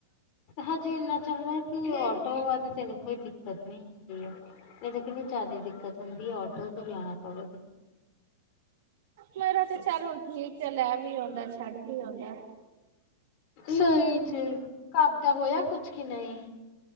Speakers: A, on the left; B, on the right.
A: ਹਜੇ ਇੰਨਾ ਚੰਗਾ ਕਿ ਆਟੋ ਵਾ ਤਾਂ ਤੈਨੂੰ ਕੋਈ ਦਿੱਕਤ ਨ ਹੁੰਦੀ ਆ ਇਹ ਤਾਂ ਕਿੰਨਨੀ ਜ਼ਿਆਦਾ ਦਿੱਕਤ ਹੁੰਦੀ ਆਟੋ ਤੋਂ ਲਿਆਣਾ ਪਵੇ
B: ਮੇਰਾ ਤੇ ਚੱਲ ਹੁਣ ਠੀਕ ਆ ਲੈ ਵੀ ਆਉਂਦਾ ਛੱਡ ਵੀ ਆਉਂਦਾ
A: ਨਹੀਂ ਜੇ ਕਪ ਦਾ ਹੋਇਆ ਕੁਛ ਕੀ ਨਹੀਂ?